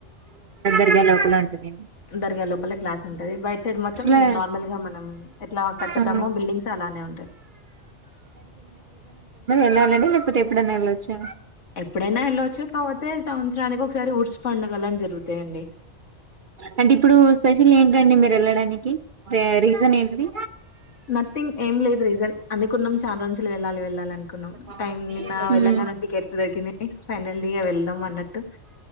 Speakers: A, on the right; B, on the left.
A: ఇ లోకల ఉంటది
B: దరగాలో గ్లాస్ ఉంటంది బై సైడ్ మొత్తం
A: అసలా
B: నార్మల్ గా మనం ఎట్లా కట్తామో
A: ఆ
B: బిల్డింగ్స్ అలానే ఉంటది
A: వెళ్లం లేకపో ఎప్పుడైనా వెళ్వచ్చు
B: ఎప్పుడైనా ఎళ్ళొచ్చు. కాపోతే సంవత్సరానికి ఒకసారి ఉర్స్ పండుగలని జరుగుతాయండి.
A: అంటే ఇప్పుడు ఏంటండి మీరు వెళ్ళడానికి రీజన్ ఏంటిది
B: నథింగ్ ఏం లేదు రీజన్ అందు నుకున్నాం చాలా రోజులు వెళ్ళాలి వెళ్ళాలి అనుకున్నాం
A: ఆ
B: టైం నిన్న
A: అవునా
B: వెళ్ళంగానే టికెట్స్ దొరికినాయి ఫైనల్గా వెళ్దాం అన్నట్టు